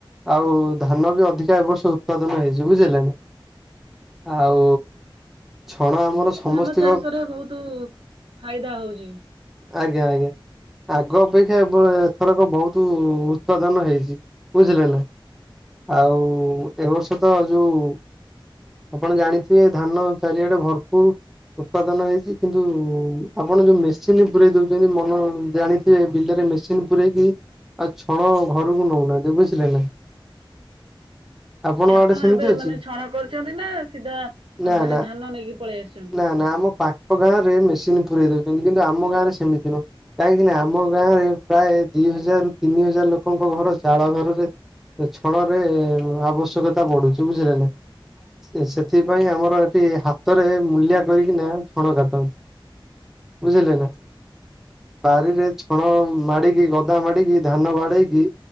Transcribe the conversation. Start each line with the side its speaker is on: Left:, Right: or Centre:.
Centre: ଆଉ ଧାନ ବି ଅଧିକା ଏ ବର୍ଷ ଉତ୍ପାଦନ ହେଇଛି, ବୁଝିଲ ନା? ଆଉ ଛଣ ଆମର
Right: ଏବେ ତ
Centre: ସମସ୍ତିଙ୍କ
Right: ଧାନ ଚାଷରେ ବହୁତ ଫାଇଦା ହଉଛି।
Centre: ଆଜ୍ଞା ଆଜ୍ଞା, ଆଗ ଅପେକ୍ଷା ଏଥରକ ବହୁତ ହୁତ ଉତ୍ପାଦନ ହେଇଛି, ବୁଝିଲେ ନା ଆଉ ଏ ବର୍ଷ ତ ଯୋଉ ଆପଣ ଜାଣିଥିବେ ଧାନ ଚାରିଆଡେ ଭରପୁର ଉତ୍ପାଦନ ହେଇଛି, କିନ୍ତୁ ଆପଣ ଯୋଉ ମେସିନ୍ ପୁରେଇ ଦଉଛନ୍ତି ମନ, ଜାଣିଥିବେ ବିଲରେ ମେସିନ ପୁରେଇ କି ଆଉ ଛଣ ଘରକୁ ନଉନାହାନ୍ତି ବୁଝିଲେ ନା? ଆପଣଙ୍କ
Right: ନାଇ ଆପଣ
Centre: ଆଡେ ସେମିତି
Right: ଏବେ
Centre: ଅଛି?
Right: ମାନେ ଛଣ କରୁଛନ୍ତି ନା ସିଧା
Centre: ନା
Right: ମାନେ
Centre: ନା
Right: ଧାନ ନେଇକି ପଳେଇ ଆସିଛନ୍ତି?
Centre: ନା ନା ଆମ ପାଖ ଗାଁ ରେ ମେସିନ୍ ପୁରେଇ ଦଉଛନ୍ତି କିନ୍ତୁ ଆମ ଗାଁ ରେ ସେମିତି ନୁହଁ କାହିଁକି ନା ଆମ ଗାଁରେ ପ୍ରାୟ ଦି ହଜାର ତିନି ହଜାର ଲୋକଙ୍କ ଘର ଚାଳ ଘରରେ ଛଣ ରେ ଆବଶ୍ୟକତା ବଢୁଛି ବୁଝିଲେ ନା, ସେଥିପାଇଁ ଆମର ହାତରେ ମୂଲିଆ କରିକିନା ଛଣ କାଟନ୍ତି, ବୁଝିଲେ ନା। ବାରିରେ ଛଣ ମାଡିକି ଗଦା ମାଡିକି ଧାନ ବାଡେଇକି